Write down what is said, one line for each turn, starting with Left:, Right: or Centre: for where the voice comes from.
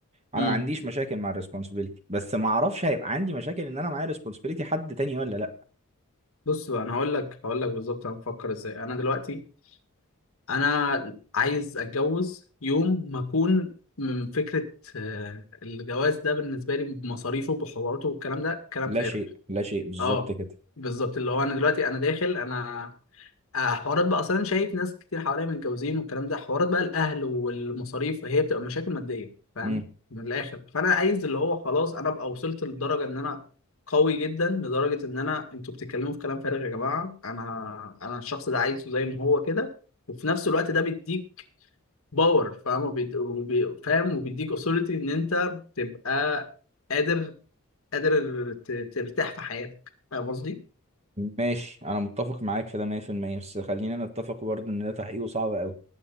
Right: انا
Left: م.
Right: ما عنديش مشاكل مع الريسبونسبيلتي بس ما اعرفش هيبقى عندي مشاكل ان انا معايا ريسبونسبيلتي حد تاني ولا لا
Left: بص بقى أنا هقول لك هقول لك بالظبط أنا بفكر إزاي أنا دلوقتي انا عايز اتجوز يوم ما اكون من فكره آه، الجواز ده بالنسبه لي بمصاريفه وبحواراته والكلام ده كلام
Right: لا
Left: فارغ
Right: شيء لا شيء بالظبط
Left: اه
Right: كده
Left: بالظبط اللي هو انا دلوقتي انا داخل انا آه، حوارات بقى اصلا شايف ناس كتير حواليا متجوزين والكلام ده حوارات بقى الاهل والمصاريف هي بتبقى مشاكل ماديه فاهم
Right: امم
Left: من الاخر فانا عايز اللي هو خلاص انا ابقى وصلت لدرجه ان انا قوي جدا لدرجه ان انا انتوا بتتكلموا في كلام فارغ يا جماعه انا انا الشخص ده عايزه زي ما هو كده وفي نفس الوقت ده بيديك باور فاهم وبيد- وبي- فاهم وبيديك اثوريتي ان انت تبقى قادر قادر ت- ترتاح في حياتك فاهم قصدي؟
Right: ماشي انا متفق معاك في ده 100% بس خلينا نتفق برضه ان ده تحقيقه صعب قوي